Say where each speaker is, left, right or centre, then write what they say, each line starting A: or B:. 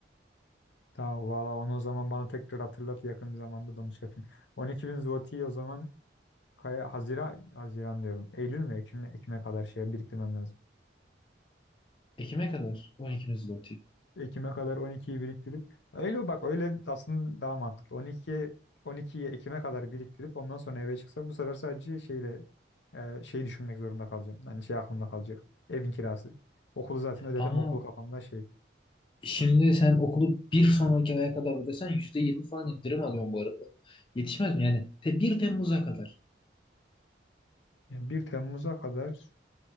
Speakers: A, on the left (about 70°); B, on the left (about 25°).
A: Tamam valla onu o zaman bana tekrar hatırlat yakın bir zamanda dönüş yapayım. on iki bin zloty o zaman Kaya, Haziran, Haziran diyorum. Eylül mü Ekim Ekim'e kadar şeye biriktirmem lazım.
B: Ekim'e kadar. 12. zloty.
A: Ekim'e kadar 12'yi biriktirip öyle bak öyle aslında daha mantıklı. 12 12'yi Ekim'e kadar biriktirip ondan sonra eve çıksa bu sefer sadece şeyle e, şeyi düşünmek zorunda kalacağım. Yani şey aklımda kalacak. Evin kirası. Okulu zaten ödedim.
B: Ama
A: Okulu kafamda şey.
B: şimdi sen okulu bir sonraki aya kadar ödesen %20 falan indirim alıyorsun bu arada. Yetişmez mi yani? Te 1 Temmuz'a kadar.
A: Yani 1 Temmuz'a kadar